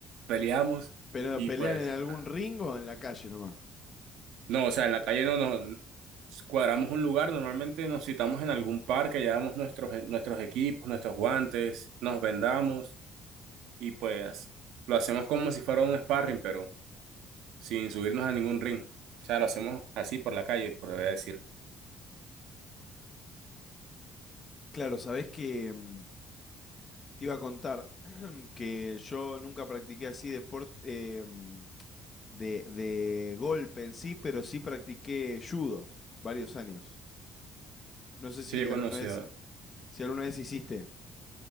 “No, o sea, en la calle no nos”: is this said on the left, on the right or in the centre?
Right